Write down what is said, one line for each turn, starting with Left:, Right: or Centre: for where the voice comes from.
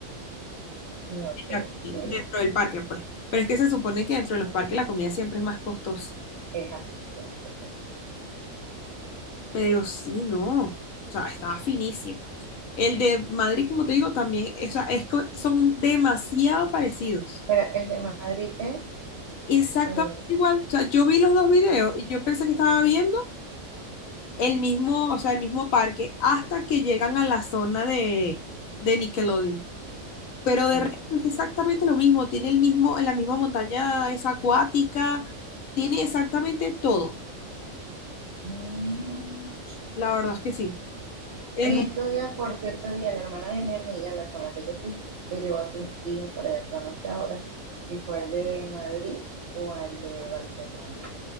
Right: No, ok,
Left: la comida,
Right: sí.
Left: dentro del parque, pues. Pero es que se supone que dentro de los parques la comida siempre es más costosa.
Right: Es así siempre. exacto
Left: Pero sí, no. O sea, estaba finísimo. El de Madrid, como te digo, también, o sea, es, co- son demasiado parecidos.
Right: Pero el de Madrid es...
Left: Exactamente
Right: eh,
Left: igual. O sea, yo vi los dos videos y yo pensé que estaba viendo el mismo, o sea, el mismo parque hasta que llegan a la zona de, de Nickelodeon. Pero de
Right: ah,
Left: resto es exactamente lo mismo. Tiene el mismo, la misma montaña es acuática, tiene exactamente todo.
Right: mm,
Left: La verdad es que sí. El,
Right: En estos días, por cierto, vi a la hermana de mi amiga, la con la que yo fui, que llevó a sus hijos para allá, pero no sé ahora si fue al de Madrid o al de Barcelona.